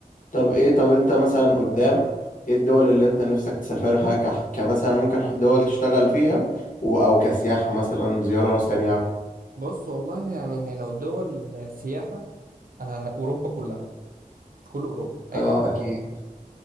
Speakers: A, on the left; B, on the right.
A: طب ايه طب انت مثلا قدام ايه الدول اللي انت نفسك تسافرها ك... كمثلا ممكن دول تشتغل فيها و... او كسياحة مثلا زيارة سريعة
B: بص والله يعني هي لو دول سياحة آه، أوروبا كلها كل أوروبا أي
A: اه
B: حتة في
A: اكيد
B: أوروبا